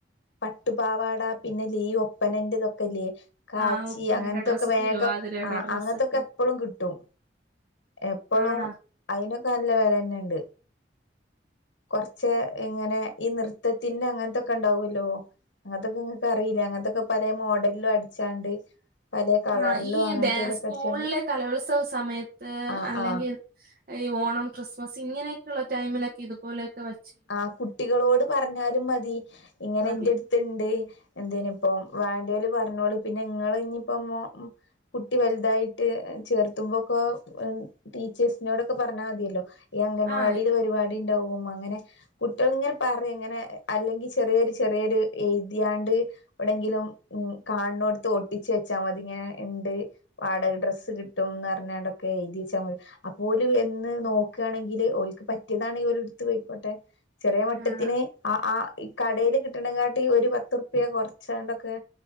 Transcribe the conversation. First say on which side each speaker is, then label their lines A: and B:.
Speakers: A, on the left (about 80°); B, on the right (about 50°).
A: പട്ടുപാവാട പിന്നെ ല്ലേ ഈ ഒപ്പനന്റെതൊക്കെല്ലേ കാച്ചി
B: ആഹ് ഒപ്പനയുടെ
A: അങ്ങനത്തൊക്കെ
B: ഡ്രസ്സ്
A: വേഗം
B: തിരുവാതിരയുടെ
A: ആ
B: ഡ്രസ്സൊക്കെ
A: അങ്ങനത്തൊക്കെ എപ്പോളും കിട്ടും എപ്പൊളും
B: ആടാ
A: അയിനൊക്കെ നല്ല വെല തന്നെ ഉണ്ട് കുറച്ച് ഇങ്ങനെ ഈ നൃത്തത്തിന് അങ്ങനത്തൊക്കെ ഉണ്ടാവല്ലോ അങ്ങനത്തൊക്കെ നിങ്ങക്ക് അറിയില്ല അങ്ങനത്തൊക്കെ പലെ മോഡലിലും അടിച്ചാണ്ട് പലേ കളറിലും
B: ആ ഈ
A: അങ്ങനത്തേലൊക്കെ
B: ഡേ സ്കൂളിലെ
A: അടിച്ചാണ്ട്
B: കലോത്സവ സമയത്ത്
A: ആഹ്
B: അല്ലെങ്കിൽ
A: ആഹ്
B: ഈ ഓണം ക്രിസ്മസ് ഇങ്ങനെയൊക്കെയുള്ള ടൈമിലൊക്കെ ഇതുപോലൊക്കെ വ
A: ആ കുട്ടികളോട് പറഞ്ഞാലും മതി ഇങ്ങനെ
B: മതി
A: എന്റെ അടുത്ത്ണ്ട് എന്ത്‌ ഇനിപ്പ വേണ്ടല് പറഞ്ഞോള് പിന്നെ ഇങ്ങള് ഇനിയിപ്പോ കുട്ടി വലുതായിട്ട് ചേർത്തുമ്പോക്കെ ടീച്ചേഴ്സിനോടൊക്കെ പറഞ്ഞാൽ മതിയല്ലോ ഈ അംഗനവാടിൽ
B: ആഹ്
A: പരിപാടി ഉണ്ടാവും അങ്ങനെ കുട്ടികൾ ഇങ്ങനെ പറയും ഇങ്ങനെ അല്ലെങ്കിൽ ചെറിയൊരു ചെറിയൊരു എഴുതിയാണ്ട് എവിടെങ്കിലും ഉം കാണോടുത്ത് ഒട്ടിച്ച് വെച്ചാൽ മതിങ്ങനെ ഉണ്ട് വാടക ഡ്രസ്സ് കിട്ടുംന്ന് പറഞണ്ട് ക്കെ എഴുതി വെച്ചാ മതി അപ്പോല് വന്ന് നോക്കുകയാണെങ്കിൽ ഓല്ക്ക് പറ്റിയതാണങ്കിൽ ഓല് എടുത്ത് പോയിക്കോട്ടെ ചെറിയ മട്ടത്തിന്
B: ആഹ്
A: ആ ആ ഈ കടയില് കിട്ടണ കാട്ടി ഒരു പത്ത് റുപ്യ കൊറച്ചാണ്ടൊക്കെ